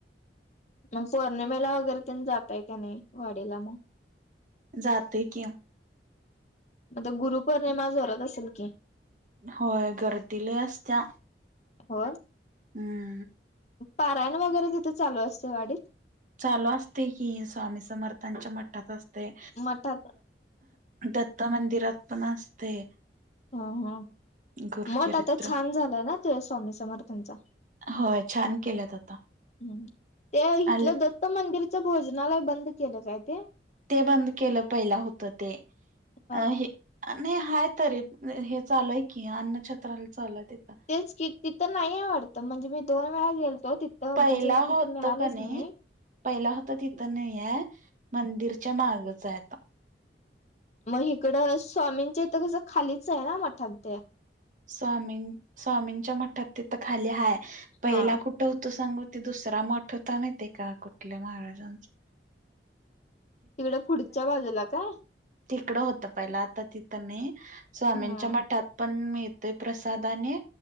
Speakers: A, on the left; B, on the right.
A: मग पौर्णिमेला वगैरे तेनं जातय का नाही, वाडीला मग.?
B: जातोय की.
A: आता गुरुपोर्णिमा जोरात असल की.
B: होय गर्दी लय आसत्या.
A: होय.
B: हम्म.
A: पारायण वगैरे तिथं चालू असतय वाडीत.
B: चालू असतय की, स्वामी समर्थांच्या मठात असतय.
A: मठात
B: दत्त मंदिरात पण असतय.
A: हं हं,
B: गुरुचरित्र
A: मठ आता छान झालाय ना ते स्वामी समर्थांचा.
B: होय, छान केल्यात आता.
A: हम्म, ते इथलं
B: आले
A: दत्त मंदिरचं भोजनालय बंद केलं काय ते?
B: ते बंद केलं पयलं हुतं ते,
A: हा
B: अ हे आणि हाय तरी, हे चालु हाय की, अन्न छत्रालय चालू हाय तिथं.
A: तेच की, तिथं नाहीये वाटतं, म्हणजे मी दोन वेळा गेलतो, तिथं
B: पहिला
A: म्हणजे तिथं
B: होत
A: मिळालंच
B: कणै,
A: नाही
B: पहिला होतं तिथं नाहीयाय, मंदिर च्या मागचं हाय आता.
A: मग हिकडं स्वामींच्या इथं कसं खालीच आहे ना मठात ते.
B: स्वामी, स्वामींच्या मठात तिथं खाली हाय, पयला
A: हा
B: कुठ कुठं हुतं सांगू, ते दुसरा मठ हुता माहितय का, कुठल्या महाराजांचं
A: तिगडं पुढच्या बाजूला काय
B: तिकडं होतं पहिला आता तिथं नाई, स्वामींच्या
A: हम्म.
B: मठात पण मिळतय प्रसाद आणि